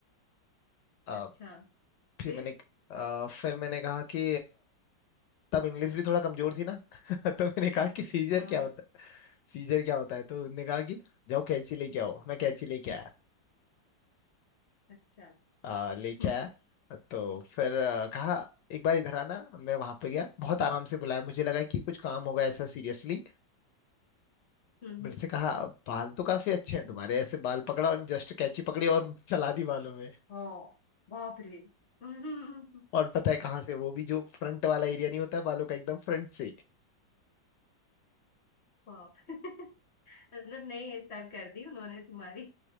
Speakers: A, on the left (about 75°); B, on the left (about 50°).
A: अ,
B: अच्छा
A: फिर
B: फिर
A: मैंने अ, फिर मैंने कहा कि तब इंग्लिश भी थोड़ा कमजोर थी ना <laughs> तो मैंने कहा कि सीजर
B: हाँ
A: क्या होता है सीजर क्या होता है तो उन्होंने कहा कि जाओ कैंची लेके आओ मैं कैंची लेके आया
B: अच्छा
A: आ, लेके
B: <laughs>
A: आया तो फिर आ, कहा एक बार इधर आना मैं वहां पे गया बहुत आराम से बुलाया मुझे लगा कि कुछ काम होगा ऐसा सीरियसली
B: हम्म
A: मेरे से कहा बाल तो काफी अच्छे हैं तुम्हारे ऐसे बाल पकड़ा और जस्ट कैंची पकड़ी और <laughs> चला दी बालों में
B: हाँ बाप रे हम्म।
A: और पता है कहाँ से वो भी जो फ्रंट वाला एरिया नहीं होता है बालों का एकदम फ्रंट से
B: बाप <laughs> मतलब नई हेयर स्टाइल कर दी उन्होंने तुम्हारी